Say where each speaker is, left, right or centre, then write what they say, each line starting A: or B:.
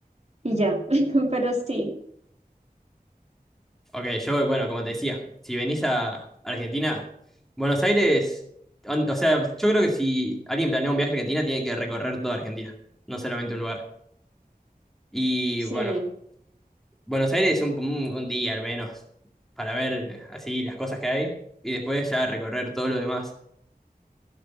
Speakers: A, on the right; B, in the centre.
A: y ya. <laughs> Pero sí,
B: Ok, yo, bueno, como te decía, si venís a Argentina, Buenos Aires, on- o sea, yo creo que si alguien planea un viaje a Argentina, tiene que recorrer toda Argentina, no solamente un lugar. Y
A: sí,
B: bueno, Buenos Aires un, un- un día al menos, para ver eh, así las cosas que hay, y después ya recorrer todo lo demás,